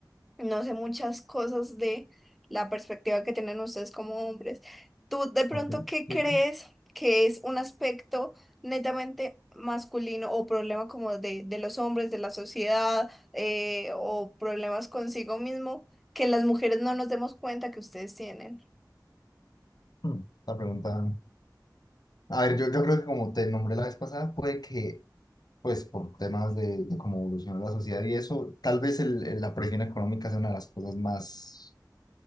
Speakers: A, in the centre; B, on the left.
A: no sé muchas cosas de la perspectiva que tienen ustedes como hombres. ¿Tú de pronto
B: Ok,
A: qué
B: sí,
A: crees
B: sí.
A: que es un aspecto netamente masculino o problema como de, de los hombres, de la sociedad eh, o problemas consigo mismo que las mujeres no nos demos cuenta que ustedes tienen?
B: Hmm, La pregunta, a ver, yo, yo creo que como te nombré la vez pasada, puede que, pues, por temas de, de cómo evolucionó la sociedad y eso, tal vez el- el- la presión económica sea una de las cosas más,